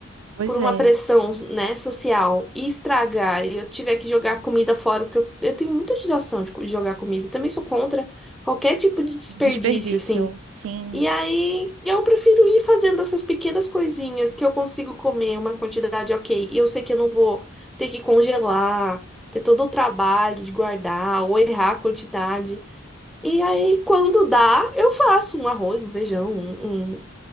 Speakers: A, on the right; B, in the centre.
A: pois
B: por uma
A: é.
B: pressão, né, social e estragar e eu tiver que jogar comida fora, porque eu, eu tenho muita judiação de co- de jogar comida. Eu também sou contra qualquer tipo de desperdício,
A: Desperdício,
B: assim.
A: sim.
B: E aí eu prefiro ir fazendo essas pequenas coisinhas que eu consigo comer uma quantidade ok. E eu sei que eu não vou ter que congelar, ter todo o trabalho de guardar ou errar a quantidade. E aí, quando dá, eu faço um arroz, um feijão, um, um...